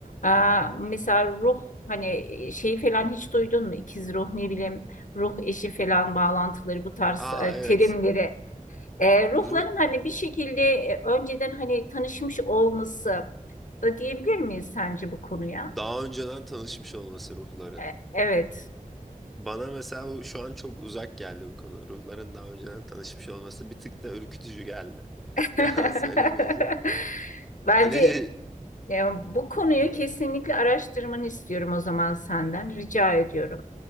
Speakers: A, on the left (about 65°); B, in the centre.
A: E, Mesela ruh hani e, şeyi falan hiç duydun mu? İkiz ruh ne bileyim ruh eşi falan bağlantıları bu tarz
B: Aa
A: e,
B: evet.
A: terimleri. E, Ruhların
B: Ruh,
A: hani bir şekilde e, önceden hani tanışmış olması da diyebilir miyiz sence bu konuya?
B: daha önceden tanışmış olması ruhların.
A: E, Evet.
B: Bana mesela bu şu an çok uzak geldi bu konu. Ruhların daha önceden tanışmış olması bir tık da ürkütücü geldi. <laughs>
A: <laughs>
B: Yalan söylemeyeceğim.
A: Bence
B: Hani
A: Ya bu konuyu kesinlikle araştırmanı istiyorum o zaman senden. Rica ediyorum.